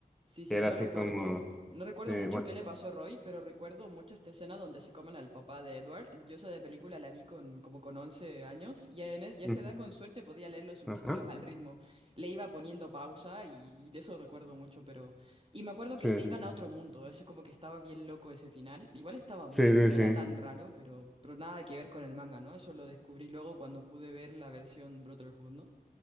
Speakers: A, on the right; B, in the centre.
A: Sí, sí,
B: que era
A: no
B: así
A: recuerdo,
B: como,
A: no recuerdo
B: eh,
A: mucho
B: bueno,
A: qué le pasó a Roy, pero recuerdo mucho esta escena donde se comen al papá de Edward. Yo esa de película la vi con como con 11 años y en e- ya a
B: mm,
A: esa edad con suerte podía leer los subtítulos
B: ajá,
A: al ritmo. Le iba poniendo pausa y de eso recuerdo mucho, pero... Y me acuerdo
B: sí,
A: que se
B: sí,
A: iban a otro mundo, ese como que estaba bien loco ese final. Igual estaba bueno,
B: sí, sí,
A: no
B: sí,
A: era tan raro, pero, pero nada que ver con el manga, ¿no? Eso lo descubrí luego cuando pude ver la versión Brotherhood, ¿no?